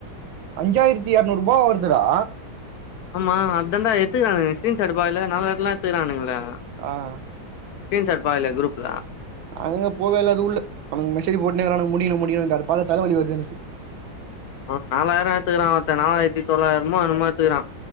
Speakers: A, on the right; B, on the left.
A: அஞ்சாய்ரத்தி எரநூறுபா வருதுடா
B: ஆமா அர்ஜண்டா எடுத்துக்றானுங்க ஸ்கிரீன் ஷாட் பாக்ல நாலாய்ரெல்லா எடுத்துருக்கானுங்லே
A: ஆஹ்ன்
B: ஸ்கிரீன் ஷாட் பாக்லய குரூப்ல
A: அங்க போவே இல்ல அதுக்குள்ள அவங்க மெசேஜ் மெசஜ் போட்னே இருக்கானுஹ முடியு முடியுனு அத பாத்த தலவலி வருது எனக்கு
B: ஆஹ் நாலாயிரம் எடுத்துக்கிறான் ஒருத்தன் நாலாயிரத்தி தொள்ளாயிரமோ என்னமோ எடுத்துக்கிறான்